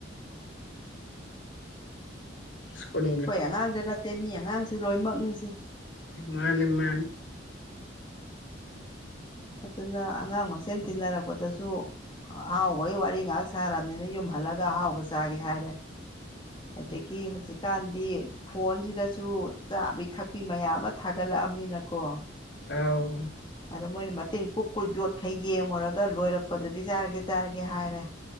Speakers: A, on the left (about 75°); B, on the left (about 25°).
A: ꯏꯁꯀꯣꯟ
B: ꯑꯩꯈꯣꯏ ꯑꯉꯥꯡꯗ ꯅꯠꯇꯦ ꯃꯤ ꯑꯉꯥꯡꯁꯨ ꯂꯣꯏꯅꯃꯛꯅꯤꯁꯦ
A: ꯃꯥꯟ ꯏꯃꯥꯟ
B: ꯑꯗꯨꯅ ꯑꯉꯥꯡ ꯃꯁꯦꯟ ꯇꯤꯟꯅꯔꯛꯄꯗꯁꯨ ꯑꯍꯥꯎꯕꯒꯤ ꯋꯥꯔꯤ ꯉꯥꯏꯍꯥꯛ ꯁꯥꯔꯕꯅꯤꯅ ꯌꯨꯝꯍꯜꯂꯒ ꯑꯍꯥꯎꯕ ꯆꯥꯒꯦ ꯍꯥꯏꯔꯦ
A: <unintelligible>
B: ꯑꯗꯒꯤ ꯍꯧꯖꯤꯛꯀꯥꯟꯗꯤ ꯐꯣꯟꯁꯤꯗꯁꯨ ꯆꯥꯕꯤ ꯊꯛꯄꯤ ꯃꯌꯥꯝ ꯑꯃ ꯊꯥꯒꯠꯂꯛꯑꯕꯅꯤꯅꯀꯣ
A: ꯑꯥꯎ
B: ꯑꯗ ꯃꯣꯏꯅ ꯃꯇꯤꯟ ꯀꯨ ꯀꯨꯏ ꯌꯣꯠꯈꯩ ꯌꯦꯡꯉꯨꯔꯒ ꯂꯣꯏꯔꯛꯄꯗꯗꯤ ꯆꯥꯔꯒꯦ ꯆꯥꯔꯒꯦ ꯍꯥꯏꯔꯦ